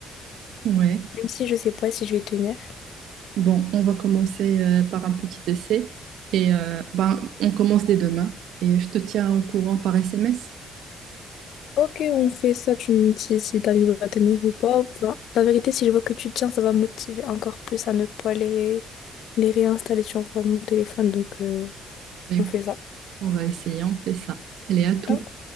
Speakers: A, on the right; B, on the left.
A: Ouais.
B: même si je sais pas si je vais tenir.
A: Bon, on va commencer euh, par un petit essai et euh, ben, on commence dès demain et je te tiens au courant par SMS.
B: Ok, on fait ça, tu me dis si t'arrives à tenir ou pas. Enfin, la vérité, si je vois que tu tiens, ça va me motiver encore plus à ne pas les, ré- les réinstaller sur mon téléphone. Donc, euh,
A: Bah, écoute,
B: on fait ça.
A: on va essayer, on fait ça. Allez, à tout.
B: Ok,